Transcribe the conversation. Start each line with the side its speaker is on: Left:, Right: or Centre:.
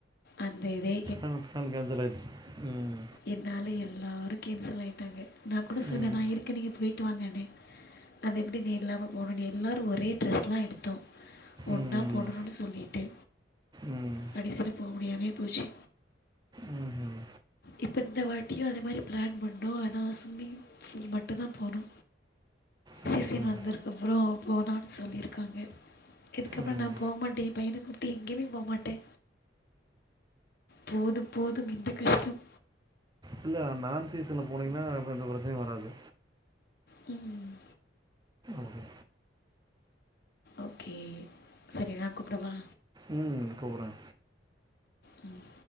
Left: அந்த இதே
Right: ஆ ப்ளான் கேன்சல் ஆயிடுச்சு ம்
Left: என்னால எல்லாரு கேன்சல் ஆய்ட்டாங்க நா கூட சொன்ன
Right: ம்.
Left: நா இருக்கே நீங்க போய்ட்டு வாங்கன்னு அது எப்டி நீ இல்லாம போனு எல்லாரு ஒரே ட்ரெஸ்லா எடுத்தோ ஒன்னா
Right: ம்.
Left: போடணுனு சொல்லிட்டு
Right: ம்.
Left: கடைசில போ முடியாமயே போச்சு
Right: ம்ஹ்ம்.
Left: இப்ப இந்த வாட்டியு அதே மாரி ப்ளான் பண்ணோ ஆனா ஸ்விமிங் ஃபூல் மட்டு தா போனோ
Right: ம்ஹ்ம்.
Left: சீசன்
Right: ம்.
Left: வந்துருக் அப்புறோ போலான் சொல்லிர்க்காங்க இதுக்கப்பறோ
Right: ம் ம்
Left: நா போ மாட்டே எ பையனக் கூப்டு எங்கயுமே போ மாட்ட போதும் போதும் இந்த கஷ்டம்
Right: இல்ல நான் சீசன்ல போனீங்கன்னா அப்ப எந்த பிரச்சனையு வராது
Left: ம்
Right: ஓகே
Left: ஓகே சரி நா கூப்படவா
Right: ம் கூப்பற
Left: ம்